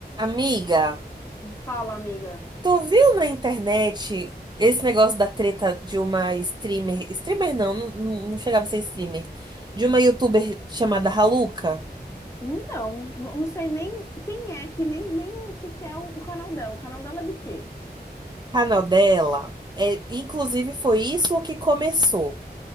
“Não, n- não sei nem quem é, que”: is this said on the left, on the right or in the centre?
Left